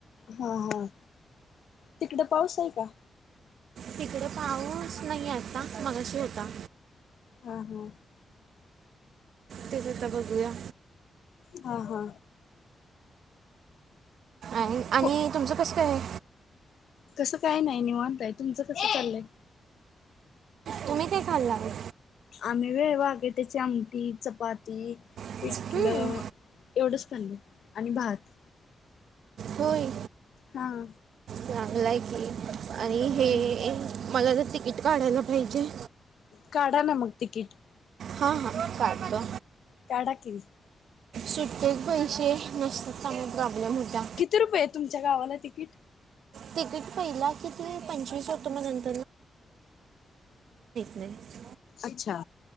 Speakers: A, on the left; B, on the right.
A: हम्म हम्म तिकड पाऊस आहे का?
B: तिकड पाऊस नाहीये आता मगाशी होता.
A: हा हा.
B: तेच आता बघूया
A: हा हा
B: आहे आणि
A: को
B: तुमचं कस काय आहे
A: कसं काय नाही निवांत आहे. तुमचं कसं चाललंय?
B: तुमही काय खाल्ल आज?
A: आम्ही व्हय वागीत्या आमटी, चपाती
B: हम्म,
A: पिठलं एवढंच खाल्ल आणि भात.
B: होय.
A: हा.
B: चांगलं आहे की आणि हे
A: ठीक.
B: मला तर तिकीट काढायला पाहिजे.
A: काढा ना मग तिकीट.
B: हा हा काढतो.
A: काढा की
B: सुट्टे पैसेे नसतात त्यामुळेही प्रॉब्लेम होता.
A: किती रुपये आहेत तुमच्या गावाला तिकीट?
B: तिकीट पहिला किती पंचवीस होत म नंत नाही
A: अच्छा.